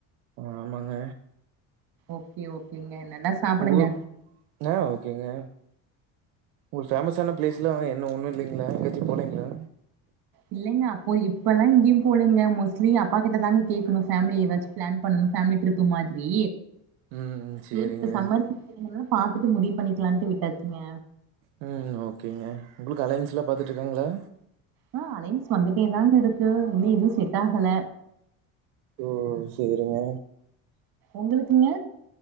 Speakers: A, on the right; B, on the right.
A: ஆமாங்க
B: ஓகே ஓகேங்க நல்லா சாப்பிடுங்க
A: உங்க ஊர் ஆ ஓகேங்க உங்களுக்கு ஃபேமஸ்ஸான ப்ளேஸ்லா என்ன ஒண்ணு இல்லைங்களா எங்கயாச்சு போலேங்களா
B: இல்லைங்க அப்போ இப்பல்லா எங்கியு போலேங்க மோஸ்ட்லி அப்பாக்கிட்டதாங்க கேக்கணு ஃபேம்லி ஏதாச்சு ப்ளான் பண்ணணு ஃபேம்லி ட்ரிப்பு மாதிரி
A: ம் சேரிங்க
B: சேரி இப்ப சம்மர் <inaudible> பாத்துட்டு முடிவு பண்ணிக்லான்ட்டு விட்டாச்சுங்க
A: ம் ஓகேங்க. உங்களுக்கு அலைன்ஸ்லா பாத்துட்ருக்காங்களா
B: ஆ அலைன்ஸ் வந்துட்டே தாங்க இருக்கு இன்னு எதுவு செட் ஆகல
A: ஓ சேரிங்க
B: ஒங்களுக்குங்க